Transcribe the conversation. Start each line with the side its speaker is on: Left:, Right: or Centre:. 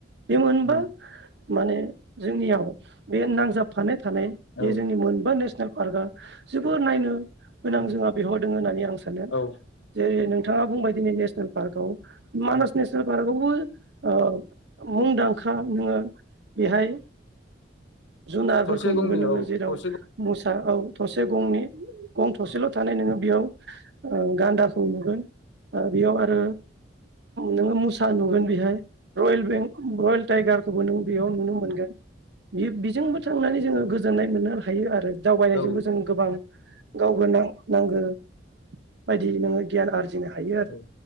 Right: बे मोनबा
Left: उम
Right: माने जोंनियाव बे नांजाबफानाय थानाय
Left: औ
Right: बे जोंनि मोनबा नेसनेल पार्कआ जोबोर नायनो गोनां
Left: उम
Right: जोंहा बेवहायदों होननानै आं सानो
Left: औ
Right: जेरै नों नोंथाङा बुंबाय दिनै नेसनेल पार्कआव मानास
Left: औ
Right: नेसनेल पार्क आवबो ओ मुंदांखा नोङो बेहाय जुनारफोरखौ
Left: थसे गंनि
Right: नुगोन नोङो
Left: औ
Right: जेराव
Left: थसे
Right: मोसा औ थसे गंनि गं थसेल' थानाय नोङो बेयाव ओ गान्दाखौ नुगोन बेयाव आरो नोङो मुसा नुगोन बेहाय रयेल बें रयेल टाइगारखौबो नों बेयाव नुनो मोनगोन बे बेजोंबो थांनानै जोङो गोजोननाय मोननो हायो आरो दावबायनायजोंबो
Left: औ
Right: जों गोबां गावनो नां नांगौ बायदि नोङो गियान आरजिनो हायो आरो
Left: औ